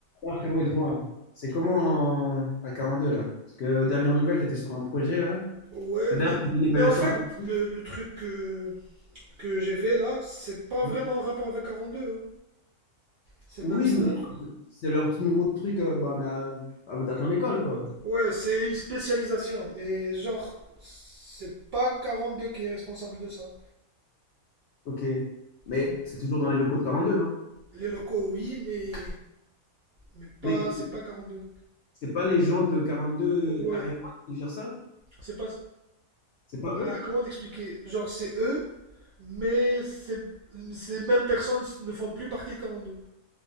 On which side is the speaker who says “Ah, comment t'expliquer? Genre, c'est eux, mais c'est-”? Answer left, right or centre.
Right